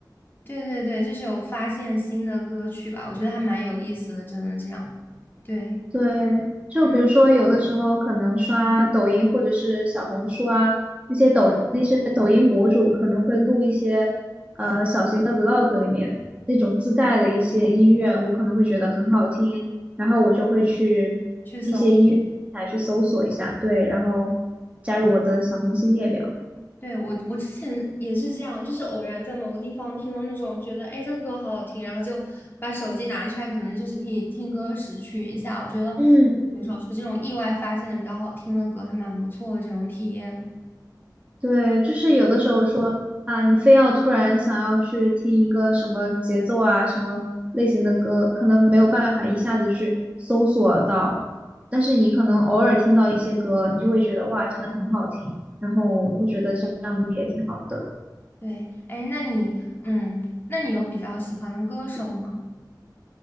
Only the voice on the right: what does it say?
对，就比如说有的时候可能刷抖音或者是小红书啊，
那些抖那些抖音博主可能会录一些呃小型的 vlog 里面那种自带的一些音乐，我可能会觉得很好听，然后我就会去一些音乐平台去搜索一下，
对，然后加入我的小红心列表。
嗯。
对，就是有的时候说啊，你非要突然想要去听一个什么节奏啊、什么类型的歌，可能没有办法一下子去搜索到，但是你可能偶尔听到一些歌，你就会觉得哇，真的很好听。然后我觉得这样子也挺好的。